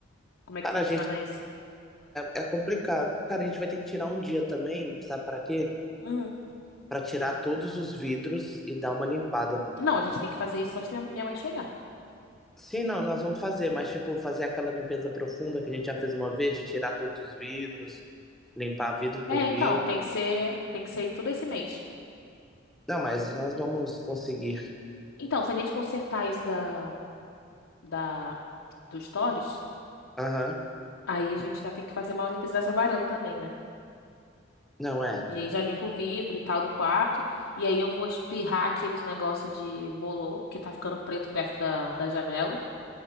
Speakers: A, on the left (about 80°); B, in the centre.
A: Como é que
B: Cara,
A: funciona
B: a gente.
A: isso?
B: É, é complicado. Cara, a gente vai ter que tirar um dia também, sabe para quê?
A: Hum.
B: Para tirar todos os vidros e dar uma limpada.
A: Não, a gente tem que fazer isso antes de minha minha mãe chegar.
B: Sim, não, nós vamos fazer, mas tipo, fazer aquela limpeza profunda que a gente já fez uma vez, de tirar todos os vidros, limpar vidro por
A: É,
B: vidro.
A: então, tem que ser, tem que ser todo esse mês.
B: Não, mas nós vamos conseguir.
A: Então, se a gente consertar isso da, da, do Stories,
B: Aham.
A: aí a gente já tem que fazer uma limpeza dessa varanda também, né?
B: Não é.
A: E aí já limpa o vidro e tal do quarto. E aí eu vou espirrar aqueles negócio de bolor, que tá ficando preto perto da, da janela.